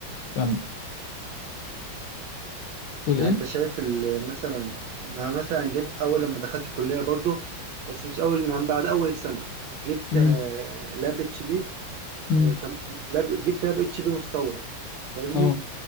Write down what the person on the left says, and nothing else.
كمل تقول
ايه
امم
امم
اه